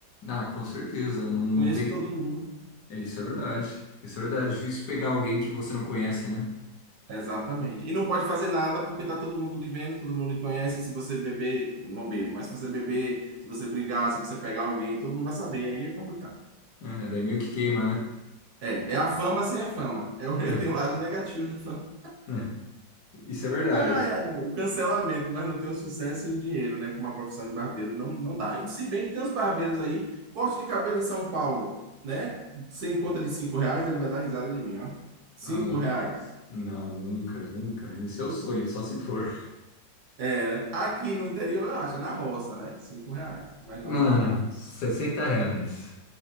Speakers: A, on the left; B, on the right.
A: Ah, com certeza, não, não
B: Conheço
A: tem.
B: todo mundo.
A: É, isso é verdade. Isso é verdade. É Difícil pegar alguém que você não conhece, né?
B: Exatamente. E não pode fazer nada porque tá todo mundo lhe vendo, todo mundo lhe conhece. Se você beber, não bebo, mas se você beber, se você brigar, se você pegar alguém, todo mundo vai saber. Aí é complicado.
A: É, daí meio que queima, né?
B: É, é a fama sem a fama. É, o- <laughs>
A: É,
B: tem um lado negativo da fama.
A: é. Isso é verdade.
B: Ai, ai, ai, o cancelamento, mas não tem o sucesso e o dinheiro, né? Como a profissão de barbeiro não, não dá. E Se bem que tem os barbeiros aí, corte de cabelo em São Paulo, né? Sem conta de cinco reais, ele vai dar risada de mim, ó. Cinco
A: Ah, não.
B: reais.
A: Não, nunca, nunca. Isso é o sonho, só se for.
B: É, né? Aqui no interior, eu acho, é na roça, né? Cinco reais. Mas
A: Mano,
B: na, na-
A: 60 reais.